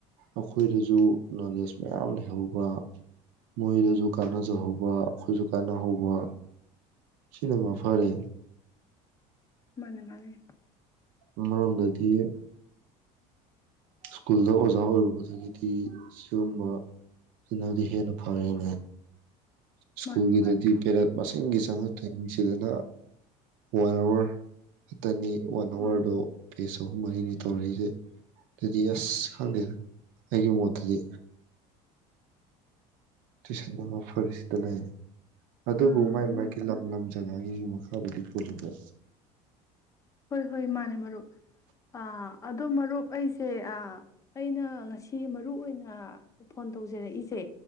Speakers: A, on the right (about 65°); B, on the left (about 20°).
A: ꯑꯈꯣꯏꯗꯖꯨ ꯅꯣꯂꯦꯖ ꯃꯌꯥꯝ ꯂꯩꯍꯧꯕ ꯃꯣꯏꯗꯖꯨ ꯀꯥꯟꯅꯖꯍꯧꯕ ꯑꯈꯣꯏꯖꯨ ꯀꯥꯟꯅꯍꯧꯕ ꯁꯤꯅ ꯃꯐꯔꯦ
B: ꯃꯥꯟꯅꯤ ꯃꯥꯟꯅꯤ
A: ꯑꯃꯔꯣꯝꯗꯗꯤ ꯁ꯭ꯀꯨꯜꯗ ꯑꯣꯖꯥ ꯑꯣꯏꯕꯕꯨꯗꯒꯤꯗꯤ ꯁꯤꯎꯝꯕ ꯁꯤꯅꯗꯤ ꯍꯦꯟꯅ ꯐꯔꯦꯅꯦ ꯁ꯭ꯀꯨꯜꯒꯤꯗꯗꯤ
B: ꯃꯥꯅꯦ ꯃꯥꯅꯦ
A: ꯄꯦꯔꯦꯗ ꯃꯁꯤꯡꯒꯤ ꯆꯪꯉꯛꯇꯣꯏꯅꯤ ꯁꯤꯗꯅ ꯋꯥꯟ ꯑꯋꯥꯔ ꯇꯅꯤ ꯋꯥꯟ ꯑꯋꯥꯔꯗꯣ
B: ꯑꯥ
A: ꯄꯦꯁꯣ ꯃꯔꯤꯅꯤ ꯇꯧꯔꯛꯏꯖꯦ ꯑꯩꯗꯤ ꯑꯁ ꯈꯪꯗꯦ ꯑꯩꯒꯤ ꯃꯣꯠꯇꯗꯤ ꯇꯨꯏꯁꯟꯅ ꯃꯐꯔꯦꯁꯤꯗ ꯂꯩ ꯑꯗꯨꯕꯨ
B: ꯑꯥ
A: ꯃꯥꯏ ꯃꯥꯒꯤ
B: ꯃꯥꯅꯦ
A: ꯂꯝ ꯂꯝꯖꯦ ꯖꯒꯥꯒꯤꯖꯨ ꯃꯈꯥꯕꯨꯗꯤ ꯄꯣꯜꯂꯤꯕꯣ
B: ꯍꯣꯏ ꯍꯣꯏ ꯃꯥꯟꯅꯦ ꯃꯔꯨꯞ ꯑꯥ ꯑꯗꯣ ꯃꯔꯨꯞ ꯑꯩꯁꯦ ꯑꯥ ꯑꯩꯅ ꯉꯁꯤ ꯃꯔꯨ ꯑꯣꯏꯅ ꯐꯣꯟ ꯇꯧꯖꯔꯛꯏꯁꯦ